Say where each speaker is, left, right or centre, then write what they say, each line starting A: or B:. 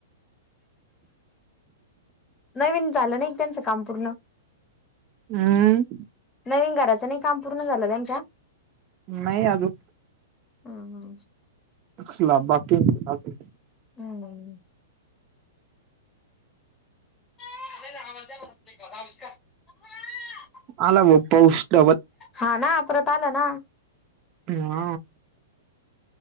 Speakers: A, on the left; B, on the right.
A: नवीन झालं नाही त्यांचं काम पूर्ण
B: हम्म.
A: नवीन घराचं नाही काम पूर्ण झालं त्यांच्या
B: नाही अजून
A: हम्म हम्म.
B: स्लॅब बाकी आहे अजून
A: हम्म. <unintelligible>
B: आला बग पाऊस <unintelligible>
A: हा ना परत आलं ना.
B: हा